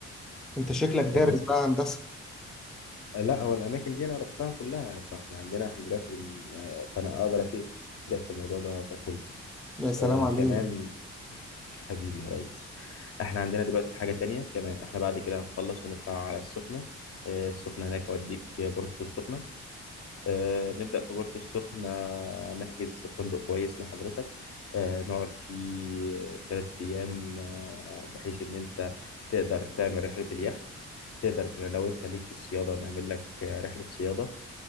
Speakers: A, in the centre; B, on the left (about 55°).
A: انت شكلك دارس
B: تمام
A: بقى هندسة
B: لا هو الاماكن دي انا رحتها كلها فاحنا عندنا احنا دلوقتي بن... آه، فانا اقدر افيدك في الموضوع ده ككل
A: يا سلام
B: آه
A: عليك
B: كمان حبيبي يا ريس احنا عندنا دلوقتي حاجه تانية كمان احنا بعد كده هنخلص ونطلع على السخنه آه السخنه هناك اوديك بورتو السخنه آه نبدا في بورتو السخنه نحجز فندق كويس لحضرتك آه نقعد فيه ثلاث ايام آه بحيث ان انت تقدر تعمل رحله اليخت تقدر لو انت ليك في الصياده نعمل لك آه، رحله صياده